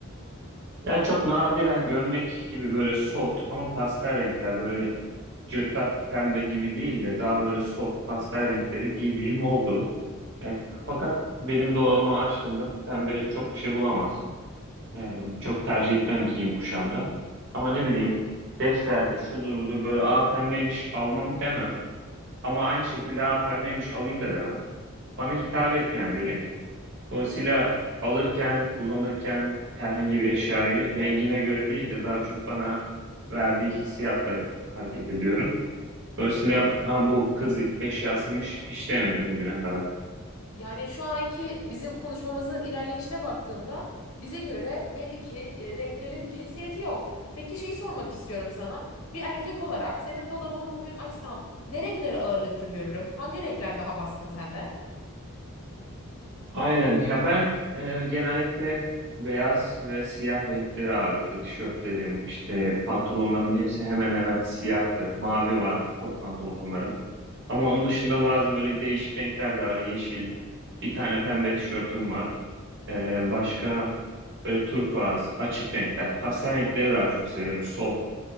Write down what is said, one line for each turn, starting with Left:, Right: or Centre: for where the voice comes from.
Right: Ya çok nadiren gömlek gibi böyle soft ama pastel renkler böyle cırtlak pembe gibi değil de daha böyle soft pastel renkleri giydiğim oldu. E, fakat benim dolabımı açtığımda pembe çok bir şey bulamazsın. Ee, çok tercih etmem giyim kuşamda. Ama ne bileyim defterdir, şudur budur böyle a pembeymiş almam demem. Ama aynı şekilde a pembeymiş alayım da demem. Bana hitap etmeyen bir renk. Dolayısıyla alırken, kullanırken herhangi bir eşyayı rengine göre değil de daha çok bana verdiği hissiyatla hareket ediyorum. Dolayısıyla ha, bu kız eşyasıymış hiç demedim bugüne kadar.
Left: Yani şu anki bizim konuşmamızın ilerleyişine baktığımda bize göre belli ki e, renklerin bir cinsiyeti yok. Peki şeyi sormak istiyorum sana. Bir erkek olarak senin dolabını bugün açsam ne renkleri ağırlıkta görürüm? Hangi renkler daha baskın sende?
Right: Aynen. Ya ben e, genellikle beyaz ve siyah renkleri ağırlıklı tişörtlerim, işte pantolonlarımın hepsi hemen hemen siyahtır. Mavi var kot pantolonlarım. Ama onun dışında bazı böyle değişik renkler de var. Yeşil, bir tane pembe tişörtüm var. E, başka böyle turkuaz, açık renkler. Pastel renkleri daha çok severim. Soft,